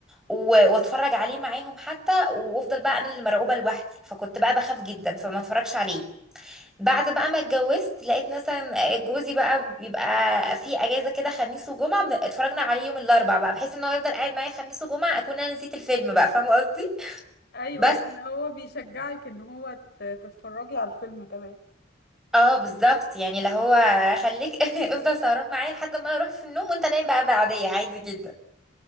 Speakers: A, in the centre; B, on the left.
A: و- واتفرج عليه معاهم حتى وافضل بقى انا اللي مرعوبه لوحدي فكنت بقى بخاف جدا فما اتفرجش عليه بعد بقى ما اتجوزت لقيت مثلا جوزي بقى بيبقى في اجازه كده خميس وجمعه بن- اتفرجنا عليه يوم الاربع بقى بحيث ان هو يفضل قاعد معايا خميس وجمعه اكون انا نسيت الفيلم بقى فاهمه قصدي
B: ايوه
A: بس
B: اللي هو بيشجعك ان هو ت- تتفرجي على الفيلم كمان
A: اه بالظبط يعني اللي هو خليك <laughs> افضل سهران معايا لحد ما انا اروح في النوم وانت نايم بقى بعديه عادي جدا